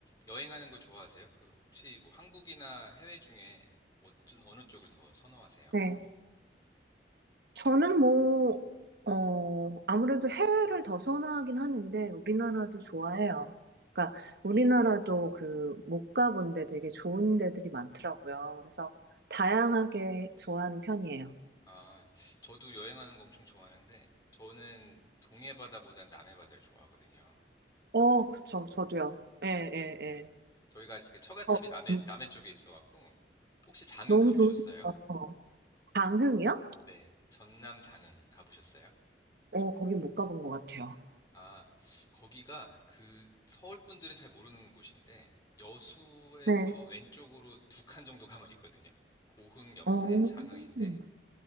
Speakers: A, on the left (about 20°); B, on the right (about 60°).
A: 여행하는 거 좋아하세요? 그 혹시 뭐 한국이나 해외 중에 어느 쪽을 더 선호하세요?
B: 네. 저는 뭐, 어, 아무래도 해외를 더 선호하긴 하는데, 우리나라도 좋아해요. 그러니까, 우리나라도 그, 못 가본 데 되게 좋은 데들이 많더라고요. 그래서, 다양하게
A: 음.
B: 좋아하는 편이에요.
A: 아, 저도 여행하는 거 엄청 좋아하는데 저는 동해 바다보단 남해 바다를 좋아하거든요.
B: 어, 그쵸. 저도요. 예, 예, 예.
A: 저희가 그 처갓집이
B: 어,
A: 남해
B: 음,
A: 남해 쪽에 있어 갖고 혹시 장흥
B: 너무
A: 가보셨어요?
B: 좋으신 것 같아요. 강흥이요?
A: 네, 전남 장흥 가보셨어요?
B: 어, 거긴 못 가본 것 같아요.
A: 아, 거기가 그 서울 분들은 잘 모르는 곳인데 여수에서
B: 네.
A: 왼쪽으로 두 칸 정도 가면 있거든요. 고흥 옆에
B: 어,
A: 장흥인데
B: 음,